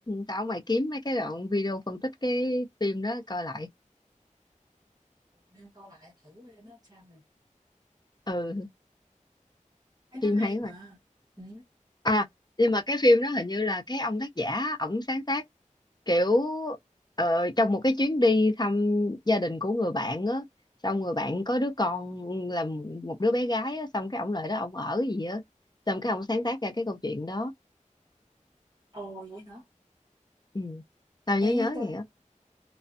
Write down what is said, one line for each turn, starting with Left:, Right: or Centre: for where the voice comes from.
Left: tao mày kiếm mấy cái đoạn video phân tích cái phim đó coi lại
Right: nên coi lại thử coi nó sao rồi.
Left: ừ
Right: Thấy
Left: phim
Right: nó hay
Left: hay
Right: mà.
Left: mà
Right: ừ
Left: à nhưng mà cái phim đó hình như là cái ông tác giả ổng sáng tác kiểu ờ, trong một cái chuyến đi thăm gia đình của người bạn á xong người bạn có đứa con là một đứa bé gái á xong cái ổng lại đó ổng ở gì á xong cái ổng sáng tác ra cái câu chuyện đó
Right: Ồ, vậy hả?
Left: ừ. tao nhớ
Right: Ê,
Left: nhớ
Right: tao
Left: vậy á